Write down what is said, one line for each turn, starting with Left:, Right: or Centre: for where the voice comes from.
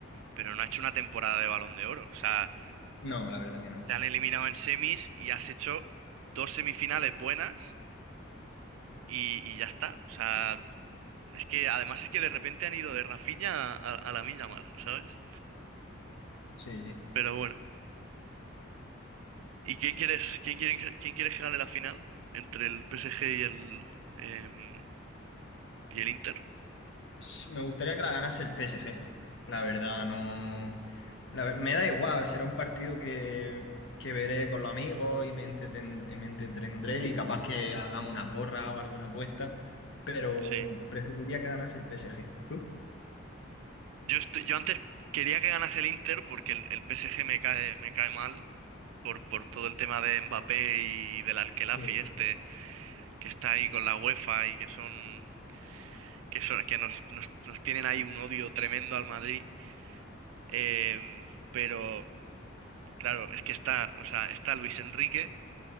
Right: pero no ha hecho una temporada de Balón de Oro, o sea,
Left: No, la verdad que no.
Right: te han eliminado en semis y has hecho dos semifinales buenas y, y ya está, o sea... Es que además es que de repente han ido de Rafinha a, a, a mal ¿sabes?
Left: Sí, sí.
Right: Pero bueno. ¿Y quién quieres, quién quiere, que- quién quiere que gane la final? Entre el PSG y el em, y el Inter.
Left: Sí, Me gustaría que la ganase el PSG. La verdad, no. la ver- Me da igual, será un partido que, que veré con los amigos y me entreten- y me entretendré y capaz que hagamos una porra o alguna apuesta, pero
Right: Sí.
Left: preferiría que ganase el PSG. ¿Tú?
Right: Yo estoy- yo antes quería que ganase el Inter porque el, el PSG me cae, me cae mal por, por todo el tema de Mbappé y del Al-Khelafi
Left: Sí,
Right: este que está ahí con la UEFA y que son que son que nos, nos, nos tienen ahí un odio tremendo al Madrid. Em, pero Claro, es que está, o sea, está Luis Enrique